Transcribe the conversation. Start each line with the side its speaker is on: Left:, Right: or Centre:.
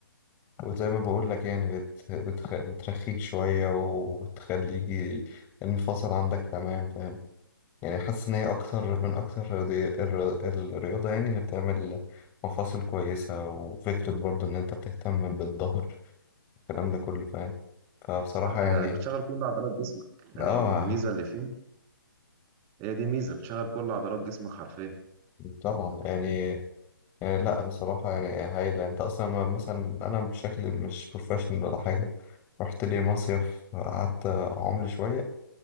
Left: وزي ما بقول لك يعني بت... بتخ... بترخيك شوية وبتخليك المفاصل عندك تمام فاهم يعني حاسس إن هي أكتر من أكتر الرياضي... الر- الرياضة يعني اللي بتعمل مفاصل كويسة وفكرة برضه إن أنت بتهتم بالظهر الكلام ده كله فاهم فبصراحة
Right: صح
Left: يعني
Right: بتشغل كل عضلات جسمك يعني
Left: آه
Right: الميزة اللي فيها هي دي ميزة بتشغل كل عضلات جسمك حرفيا
Left: طبعا يعني يعني لا بصراحة يعني هايلة أنت أصلا ما- مثلا أنا بشكل مش بروفيشنال ولا حاجة رحت لي مصيف قعدت أعملي شوية